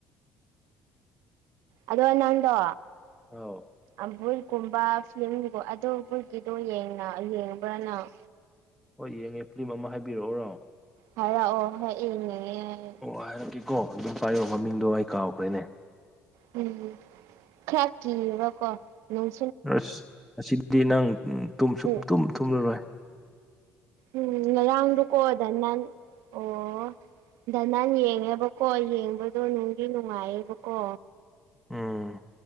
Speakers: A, on the right; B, in the centre.
A: ꯑꯗꯣ ꯅꯪꯗꯣ
B: ꯑꯧ
A: ꯑꯝꯕꯨꯝ ꯀꯨꯝꯕ ꯐꯤꯂꯝꯒꯤꯀꯣ ꯑꯗꯣ ꯕꯨꯠꯀꯤꯗꯣ ꯌ‌ꯦꯡꯅ ꯌꯦꯡꯕ꯭ꯔ ꯅꯪ
B: ꯍꯣꯏ ꯌꯦꯡꯉꯦ ꯐꯤꯂꯝ ꯑꯃ ꯍꯥꯏꯕꯤꯔꯛꯎꯔꯣ
A: ꯍꯥꯏꯔꯛꯑꯣ ꯍꯣꯏ ꯌꯦꯡꯅꯤꯡꯉꯦ
B: ꯑꯣ ꯍꯥꯏꯔꯛꯀꯦꯀꯣ ꯑꯗꯨꯝ ꯄꯥꯏꯌꯣ ꯃꯃꯤꯡꯗꯣ ꯑꯩ ꯀꯥꯎꯈ꯭ꯔꯦꯅꯦ
A: ꯎꯝ ꯈꯔ ꯀꯤꯕꯀꯣ ꯅꯨꯡ
B: ꯑꯁ ꯑꯁꯤꯗꯤ ꯅꯪ ꯇꯨꯝꯁꯨ
A: ꯎꯝ
B: ꯁꯨꯛꯇꯨꯝ ꯊꯨꯝꯂꯔꯣꯏ
A: ꯎꯝ ꯉꯔꯥꯡꯗ‌ꯣꯀꯣ ꯗ ꯅꯥꯟ ꯑꯣ ꯗꯅꯥꯟ ꯌꯦꯡꯉꯦꯕꯀꯣ ꯌꯦꯡꯕꯗꯣ ꯅꯨꯡꯗꯤ ꯅꯨꯡꯉꯥꯏꯌꯦꯕꯀꯣ
B: ꯎꯝ